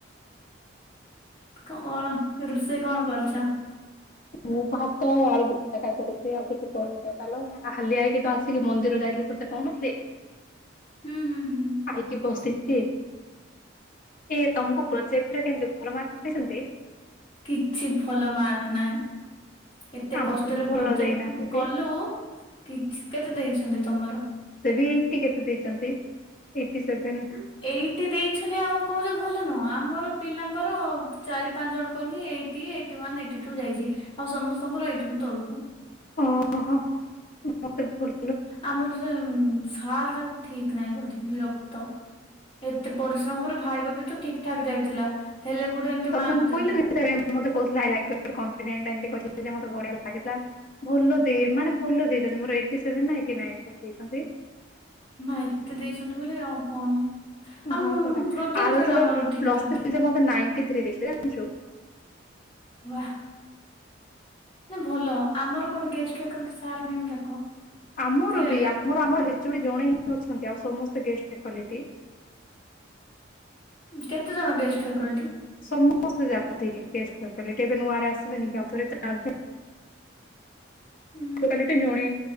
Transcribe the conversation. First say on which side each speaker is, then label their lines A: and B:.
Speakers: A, on the left (about 25°); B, on the left (about 45°).
A: କଣ ରୋଷେଇ କଣ କରିଛ?
B: ମୁଁ ଭାତ ଆଉ ଆଳୁଚକଡ଼ା କରିଛି ଆଉ କିଛି କରିନି, <unintelligible> ହାଲିଆ ହେଇକି ତ ଆସିକି ମନ୍ଦିର ଯାଇଥିଲୁ। ସେ କହୁନଥିଲି,
A: ହୁଁ ହୁଁ ହୁଁ ହୁଁ
B: ଆଇକି ବସି <unintelligible> ଇଏ ତମକୁ ପ୍ରୋଜେକ୍ଟ ରେ କେମିତି ଭଲ ମାର୍କ ଦେଇଛନ୍ତି?
A: କିଛି ଭଲ ମାର୍କ ନାହିଁ। ଏତେ
B: ଆମକୁ
A: କଷ୍ଟରେ
B: ବି ଭଲ
A: ପ୍ରୋଜେକ୍ଟ
B: ଦେଇନାହାନ୍ତି
A: କଲୁ, କିଛି କେତେ ଦେଇଛନ୍ତି ତମର?
B: ମତେ ବି ଏଇଟି କେତେ ଦେଇଛନ୍ତି, ଏଇଟି ସେଭେନ୍।
A: ଏଇଟି ଦେଇଛନ୍ତି ଆଉ କହୁଛ ଭଲ ନୁହଁ, ଆମର ପିଲାଙ୍କର ଚାରି ପାଞ୍ଚ ଜଣଙ୍କର ହିଁ ଏଇଟି ହି ଏଇ ଏଇଟି ୱାନ୍ ଏଇଟି ଟୁ ଯାଇଛି, ଆଉ ସମସ୍ତଙ୍କର ଏଇଟିରୁ ତଳକୁ।
B: ଓ ହୋ ମତେ ଭୁଲ
A: ଆମର ସେ ସାର ଯାକ ଠିକ୍ ନାହିଁ ବୋଧେ ବିରକ୍ତ ଏତେ ପରିଶ୍ରମ କରୁ ଭାଇବା ବି ତ ଠିକ୍ ଠାକ୍ ଯାଇଥିଲା, ହେଲେ <unintelligible>
B: ତତେ ମୁଁ
A: ଦେଲେ
B: କହିଲିନି ସେ ମତେ କହୁଥିଲା ଆଇ ଲାଇକ ୟୋର୍ କନ୍ଫିଡେଣ୍ଟ, ଏମିତି କହିଥିଲା ଯେ ମତେ ବଢିଆ ଲାଗିଥିଲା। ଭଲ ଦେଇ ମାନେ ଭଲ ଦେଇଛନ୍ତି, ମୋର ଏଇଟି ସେଭେନ ନା ଏଇଟି ନାଇନ କରିଦେଇଛନ୍ତି।
A: ଏ ମା ଏତେ ଦେଇଛନ୍ତି ବୋଲେ ଆଉ କଣ? ଆମ
B: ହଁ ପରା
A: ପ୍ରୋଜେକ୍ଟରେ
B: ଆର ଥର
A: ଆମର ଠିକ
B: ପ୍ଲସ୍
A: ଠାକ
B: ଥ୍ରୀରେ
A: ଥିଲା
B: ମତେ ନାଇଟୀ ଥ୍ରୀ ଦେଇଥିଲେ ଜାଣିଛୁ?
A: ୱା। ନା ଭଲ, ଆମର କଣ ଗେଷ୍ଟ ଭେକ୍ଲଟି ସାର୍ ମ୍ୟାମ ଯାକ
B: ଆମର
A: ଟିକେ
B: ବି ଆମର ଏଚ ଓ ଡ଼ି ଜଣେ ହିଁ ଅଛନ୍ତି, ଆଉ ସମସ୍ତେ ଗେଷ୍ଟ ଭ୍ୟାକୁଲିଟି।
A: କେତେ ଜଣ ଗେଷ୍ଟ ଭ୍ୟାକଲ୍ଟି?
B: ସମସ୍ତେ ଯାକଥିଲେ ଗେଷ୍ଟ ଭ୍ୟାକୁଲିଟି, ଏବେ ନୂଆରେ ଆସିବେନି କି ଆଉ ଥରେ ଚାରି
A: ହୁଁ
B: ଭ୍ୟାକୁଲିଟି ଜଣେ